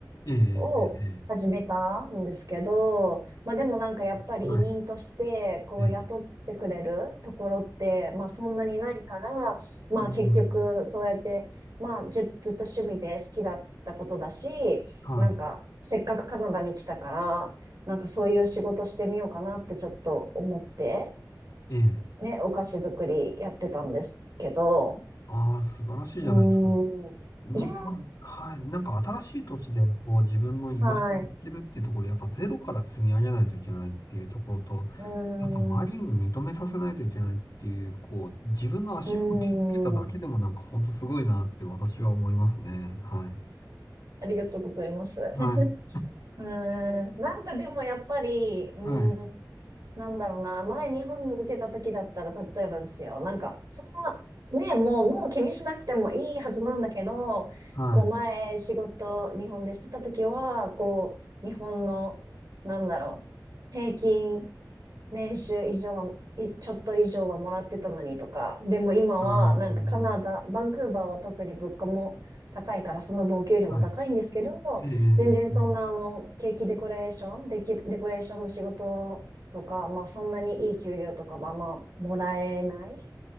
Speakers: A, on the left (about 55°); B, on the right (about 55°).
A: ええ、ええ、
B: を始めたんですけど、
A: え
B: まあでもなんかやっぱり移民としてこう雇ってくれるところってまあそんなにないから、
A: えはい、ええ、
B: まあ結局そうやってまあじゅずっと趣味で好きだったことだし、
A: うん、はい、
B: なんかせっかくカナダに来たから、なんかそういう仕事してみようかなってちょっと思って、
A: ええ、
B: ね、お菓子作りやってたんですけど、
A: ああ、素晴らしいじゃないですか。
B: うーん、
A: うんまあはい。
B: いや
A: なんか新しい土地でこう自分の居場所に行けるっていうところ、
B: ー、はい、う
A: やっぱゼロから積み上げないといけないっていうところと、
B: ーん、
A: やっぱ周りにも認めさせないといけないっていう、
B: う
A: こう自分の足場を築けただけでもなんか本当すごいなって私は思いますね。
B: ーん、
A: はい。
B: ありがとうございます。
A: はい。
B: <laughs> うーん。なんかでもやっぱり、うーん、
A: はい。
B: なんだろうな。前日本にいてた時だったら、例えばですよ。なんか、その、ね、もう、もう気にしなくてもいいはずなんだけど、
A: はい。
B: こう前仕事日本でしてた時は、こう、日本の、なんだろう、平均年収以上は、いちょっと以上はもらってたのにとか、でも今はなんかカナダ、
A: あの
B: バンクーバーは特に物価も高いからその分お給料も高いんですけど、
A: はい。
B: 全然そんなあのケーキデコレーション、
A: ええ
B: デキデコレーションの仕事とか、まあそんなにいい給料とかはまあもらえない